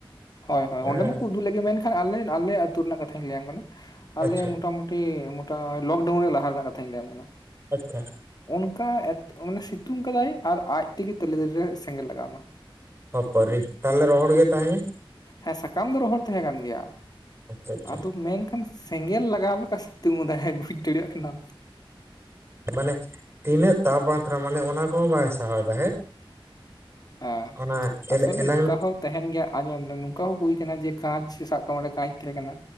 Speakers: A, on the left; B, on the right.
A: ᱦᱳᱭ ᱦᱳᱭ
B: ᱦᱮᱸ
A: ᱚᱸᱰᱮ ᱢᱟᱠᱚ ᱩᱫᱩᱜ ᱞᱮᱫ ᱜᱮ ᱢᱮᱱᱠᱷᱟᱱ ᱟᱞᱮᱱ ᱟᱞᱮ ᱟᱹᱛᱩ ᱨᱮᱱᱟᱜ ᱠᱟᱛᱷᱟᱧ ᱞᱟᱹᱭᱟᱢ ᱠᱟᱱᱟ ᱟᱞᱮ
B: ᱟᱪᱪᱷᱟ
A: ᱢᱚᱴᱟᱢᱩᱴᱤ ᱞᱚᱠᱰᱟᱣᱩᱱ ᱨᱮᱭᱟᱜ ᱞᱟᱦᱟ ᱨᱮᱱᱟᱜ ᱠᱟᱛᱷᱟᱧ ᱞᱟᱹᱭᱟᱢ ᱠᱟᱱᱟ
B: ᱟᱪᱪᱷᱟ
A: ᱚᱱᱠᱟ ᱮᱛ ᱢᱟᱱᱮ ᱥᱤᱛᱩᱝ ᱠᱟᱫᱟᱭ ᱟᱨ ᱟᱡ ᱛᱮᱜᱮ ᱛᱟᱞᱮ ᱫᱟᱨᱮ ᱨᱮ ᱥᱮᱸᱜᱮᱞ ᱞᱟᱜᱟᱣ ᱮᱱᱟ᱾
B: ᱦᱚ-ᱯᱚᱨᱤ ᱛᱟᱦᱚᱞᱮ ᱨᱚᱦᱚᱲ ᱜᱮ ᱛᱟᱦᱮᱱᱟ
A: ᱦᱮᱸ ᱥᱟᱠᱟᱢ ᱫᱚ ᱨᱚᱦᱚᱲ ᱛᱟᱦᱮᱸ ᱠᱟᱱ ᱜᱮᱭᱟ
B: ᱟᱪᱪᱷᱟ ᱟᱪᱪᱷᱟ
A: ᱟᱫᱚ ᱢᱮᱱ ᱱᱠᱷᱟᱱ ᱥᱮᱸᱜᱮᱞ ᱞᱟᱜᱟᱣ ᱞᱮᱠᱟ ᱥᱤᱛᱩᱝ ᱟᱫᱟᱭ ᱵᱩᱡᱽ ᱫᱟᱲᱮᱭᱟᱜ ᱠᱟᱱᱟᱢ᱾
B: ᱢᱟᱱᱮ ᱛᱤᱱᱟᱹᱜ ᱛᱟᱯᱢᱟᱛᱨᱟ ᱢᱟᱱᱮ ᱚᱱᱟ ᱠᱚᱦᱚᱸ ᱵᱟᱭ ᱥᱟᱦᱟᱣᱮᱫᱟ ᱦᱮᱸ᱾
A: ᱦᱮᱸ
B: ᱚᱱᱟ
A: ᱟᱥᱚᱞᱮ
B: ᱮᱞᱟᱝ
A: ᱱᱚᱝᱠᱟ ᱦᱚᱸᱠ ᱛᱟᱦᱮᱱ ᱜᱮᱭᱟ ᱟᱸᱡᱚᱢ ᱞᱮᱢ ᱱᱚᱝᱠᱟ ᱦᱚᱸ ᱦᱩᱭ ᱠᱟᱱᱟ ᱡᱮ ᱠᱟᱸᱪ ᱥᱟᱵ ᱠᱟᱜ ᱢᱮ ᱚᱸᱰᱮ ᱠᱟᱸᱪ ᱛᱮᱦᱮᱸ ᱠᱟᱱᱟ